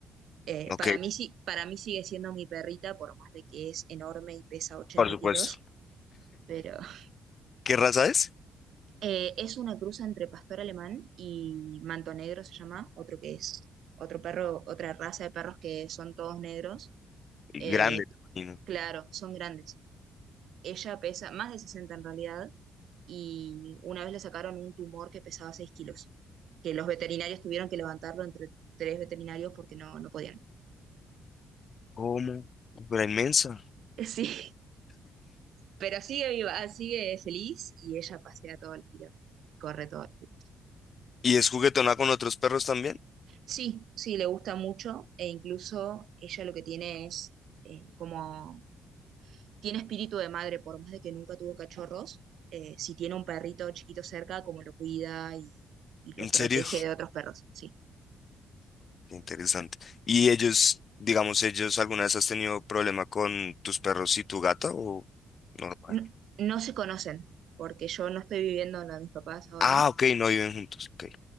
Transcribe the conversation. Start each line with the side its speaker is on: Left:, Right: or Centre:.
Right: Eh,
Left: Ok,
Right: para mí, sí, para mí sigue siendo mi perrita, por más de que es enorme y pesa 80
Left: por supuesto.
Right: kilos, pero <laughs>
Left: ¿Qué raza es?
Right: eh, es una cruza entre pastor alemán y manto negro se llama, otro que es otro perro, otra raza de perros que son todos negros.
Left: Grande,
Right: eh,
Left: me imagino.
Right: claro, son grandes. Ella pesa más de 60 en realidad y una vez le sacaron un tumor que pesaba 6 kilos, que los veterinarios tuvieron que levantarlo entre tres veterinarios porque no, no podían.
Left: ¿Cómo? Pero inmensa.
Right: <laughs> Sí, Pero sigue viva, sigue feliz y ella pasea todos los días y corre todos los días.
Left: ¿Y es juguetona con otros perros también?
Right: Sí, sí, le gusta mucho e incluso ella lo que tiene es eh, como, tiene espíritu de madre, por más de que nunca tuvo cachorros, eh, si tiene un perrito chiquito cerca, como lo cuida y, y lo
Left: ¿En
Right: protege
Left: serio?
Right: de otros perros, sí.
Left: Interesante. ¿Y ellos, digamos, ellos alguna vez has tenido problema con tus perros y tu gata o normal?
Right: No, no se conocen, porque yo no estoy viviendo en la de mis papás ahora,
Left: Ah, ok, no viven juntos. ok.